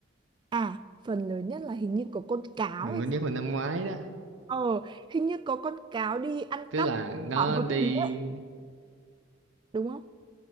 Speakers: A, on the right; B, on the right.
A: à, phần lớn nhất là hình như có con cáo
B: mình
A: hay
B: mới nhất
A: sao?
B: là năm ngoái đó
A: Ờ, hình như có con cáo đi ăn
B: tức
A: cắp
B: là nó
A: bảo vật
B: đi
A: gì đấy, đúng không?